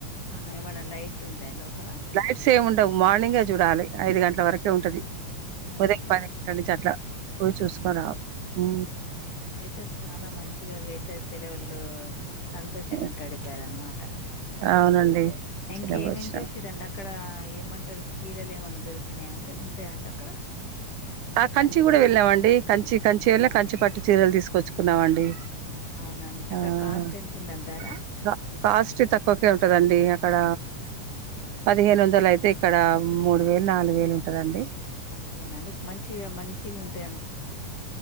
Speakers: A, on the left; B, on the right.
A: ఆహా ఏమన్నా లైట్లు ఉంటాయి లోపల
B: లైట్స్ ఏముండవు మార్నింగే చూడాలి ఐదు గంటల వరకు ఉంటది
A: ఉహు
B: ఉదయం పదిక్కల నుంచి అట్లా పోయి చూసుకొని
A: ఉమ్
B: రావాలి ఆ
A: అయితే చాలా మంచిగా వేసవి సెలవులు సంతోషంగా
B: ఓకే.
A: గడిపారన్నమాట
B: అవునండి మంచిగానే
A: ఇంకేమేమి
B: వచ్చినాం
A: చూశిరండి అక్కడ ఏమంటారు చీరలు ఏమన్నా దొరికినాయి అంటే ఉంటాయండి అక్కడ
B: ఆ కంచి
A: కంచిపట్టు
B: కూడా వెళ్ళామండి కంచి కంచి వెళ్ళ కంచి పట్టు చీరలు తీసుకొచ్చు తీస్కునమ్మండి
A: అవునండి అక్కడ
B: ఆ
A: కాస్ట్ ఎంత ఉందండి ధర
B: కాస్ట్ తక్కువకే ఉంటదండి అక్కడ పదిహేను వందలు అయితే ఇక్కడ మూడు వేలు నాలుగు వేలు ఉంటదండి
A: అంతేనండి మంచిగా మంచిగా ఉంటై